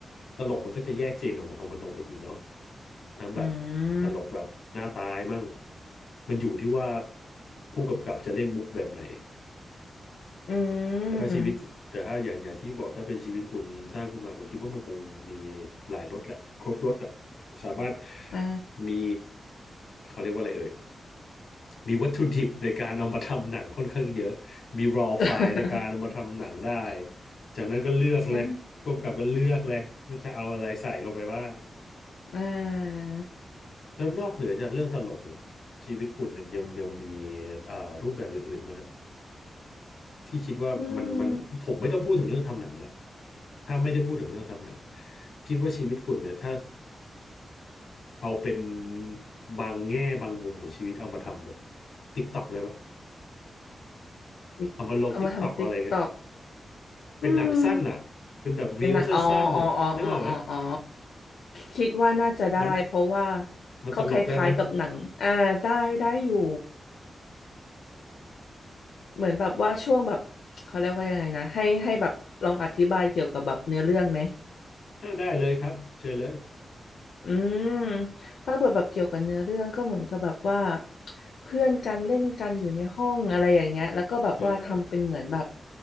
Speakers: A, on the left (about 70°); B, on the left (about 80°).
A: ตลกมันก็จะแยกเจนออกมาของมันออกไปอีกเนาะทั้งแบบ
B: อื
A: ตลกแบบหน้าตายมั่ง
B: ม
A: มันอยู่ที่ว่าผู้กำกับจะเล่นมุกแบบไหน
B: อื
A: แต่ถ้าชีวิตแต่ถ้าอย่างอย่างที่บอกถ้าเป็นชีวิตคุณสร้างขึ้นมาผมคิดว่ามันคงมี
B: ม
A: หลายรสแหละครบรสอะสามารถ
B: อ่า
A: มีเขาเรียกว่าอะไรเอ่ย มีวัตถุดิบในการเอามาทำหนังค่อนข้างเยอะมี raw
B: <laughs>
A: file ในการเอามาทำหนังได้จากนั้นก็เลือกเลยร่วมกับก็เลือกเลยว่าจะเอาอะไรใส่ลงไปบ้าง
B: ใช่อ่า
A: แล้วนอกเหนือจากเรื่องตลกเนี่ยชีวิตคุณเนี่ยยังยังมีอ่ารูปแบบอย่างอื่นไหมาครับที่คิดว่ามันมันผมไม่ต้องพูดถึงเรื่องทำหนังละ
B: อืม
A: ถ้าไม่ได้พูดถึงเรื่องทำหนัง คิดว่าชีวิตคุณเนี่ยถ้าเอาเป็นบางแง่บางมุมของชีวิตเอามาทำแบบติ๊กตอกได้ปะ
B: ติ๊กเอามาทำติ๊กตอก
A: เอามาลงติ๊กตอกอะไรเงี้ย เป็นหนังสั้นอ่ะ
B: อืม
A: เป็นแบบรีลสั้นๆอ่ะนึกออกไหม
B: เป็นหนังอ๋ออ๋ออ๋ออ๋ออ๋ออ๋อคิดว่าน่าจะได้เพราะว่า
A: มันมันตลกได้ไหม
B: เขาคล้ายๆกับหนังอ่าได้ได้อยู่เหมือนแบบว่าช่วงแบบเขาเรียกว่ายังไงนะให้ให้แบบลองอธิบายเกี่ยวกับแบบเนื้อเรื่องไหม
A: อ่าได้เลยครับ เชิญเลย
B: อืมถ้าเปิดแบบเกี่ยวกับเนื้อเรื่องก็เหมือนจะแบบว่าเพื่อนกันเล่นกันอยู่ในห้องอะไรอย่างเงี้ยแล้วก็แบบว่าทำเป็นเหมือนแบบ
A: อ่า